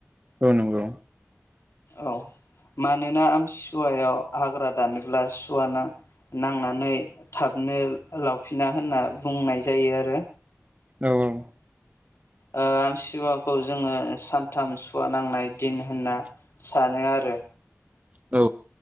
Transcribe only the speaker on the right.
औ नंगौ।
औ औ।
औ।